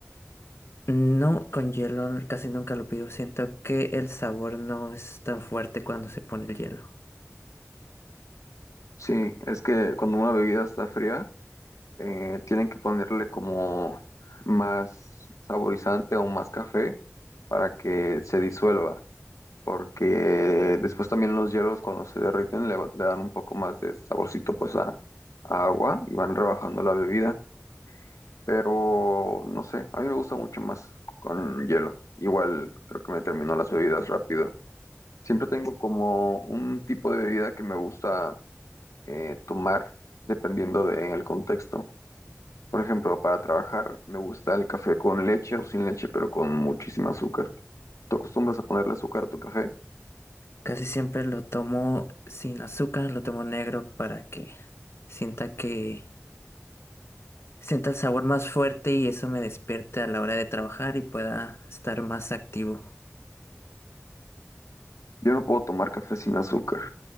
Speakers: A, on the left (about 55°); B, on the left (about 80°).
A: No, con hielo casi nunca lo pido. Siento que el sabor no es tan fuerte cuando se pone el hielo.
B: Sí, es que cuando una bebida está fría, eh, tienen que ponerle como más saborizante o más café para que se disuelva. porque después también los hielos cuando se derriten le, va- le dan un poco más de saborcito pues a, a agua y van rebajando la bebida, pero no sé, a mí me gusta mucho más con hielo. Igual creo que me terminó las bebidas rápido. Siempre tengo como un tipo de bebida que me gusta eh, tomar dependiendo del contexto. Por ejemplo, para trabajar me gusta el café con leche o sin leche, pero con muchísima azúcar. ¿Tú acostumbras a ponerle azúcar a tu café?
A: Casi siempre lo tomo sin azúcar, lo tomo negro para que sienta que sienta el sabor más fuerte y eso me despierte a la hora de trabajar y pueda estar más activo.
B: Yo no puedo tomar café sin azúcar.